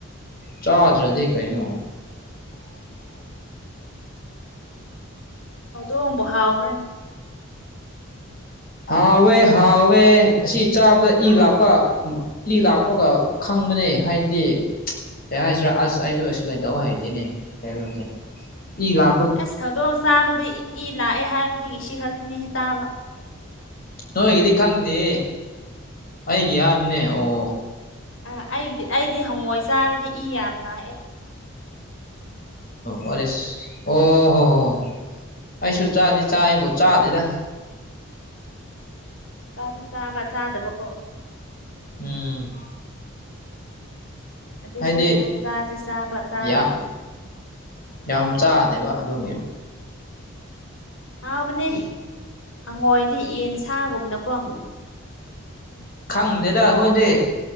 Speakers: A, on the left; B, on the left.
A: ꯆꯥꯗ꯭ꯔꯗꯤ ꯀꯩꯅꯣ
B: ꯍꯧꯗꯣꯛꯑꯣꯡꯕ ꯍꯥꯎꯕ꯭ꯔꯅꯦ
A: ꯍꯥꯎꯋꯦ ꯍꯥꯎꯥꯎꯋꯦ ꯑꯁꯤ ꯆꯥꯕꯗ ꯏ ꯂꯥꯛꯄ ꯏ ꯂꯥꯛꯄꯒ ꯈꯪꯕꯅꯦ ꯍꯥꯏꯗꯤ ꯀꯩ ꯍꯥꯏꯁꯤꯔꯥ ꯑꯁ ꯑꯩꯁꯨ ꯑꯦꯛꯁꯄ꯭ꯂꯦꯟ ꯇꯧ ꯍꯩꯇꯦꯅꯦ ꯀꯩꯅꯣꯁꯦ ꯏ ꯂ
B: ꯑꯁ ꯍꯧꯧꯗꯣꯡ ꯆꯥꯕꯗꯤ ꯏ ꯂꯥꯛꯑꯦ ꯍꯥꯏꯕꯗꯤ ꯉꯁꯤ ꯈꯛꯇꯅꯤꯦ ꯇꯥꯕ
A: ꯅꯣꯏꯒꯤꯗꯤ ꯈꯪꯗꯦ ꯑꯩꯒꯤ ꯍꯥꯏꯔꯤꯕꯅꯦ ꯑꯣ
B: ꯑꯥ ꯑꯩꯒꯤꯗꯤ ꯑꯩꯗꯤ ꯍꯪꯉꯣꯏ ꯆꯥꯔꯗꯤ ꯏ ꯌꯥꯝ ꯂꯥꯛꯑꯦ
A: ꯋꯥꯔꯤꯔꯁ ꯑꯣ ꯍꯣ ꯍꯣ ꯑꯩꯁꯨ ꯆꯥꯗꯤ ꯆꯥꯏꯕꯨ ꯆꯥꯗꯦꯗ
B: ꯆꯥꯗꯤ ꯆꯥꯕ ꯆꯥꯗꯕ ꯀꯣ
A: ꯎꯝ
B: ꯑꯗꯨꯁꯨ
A: ꯍꯥꯏꯗꯤ
B: ꯌꯥꯏ ꯆꯥꯗꯤ ꯆꯥꯕ ꯆꯥꯗꯦ
A: ꯌꯥꯝ ꯌꯥꯝ ꯆꯥꯗꯦꯕ ꯑꯗꯨꯒꯤ
B: ꯍꯥꯎꯕꯅꯦ ꯍꯪꯉꯣꯏꯗꯤ ꯌꯦꯟ ꯁꯥꯒꯨꯝꯅꯀꯣ
A: ꯈꯪꯗꯦꯗ ꯑꯩꯈꯣꯏꯗꯤ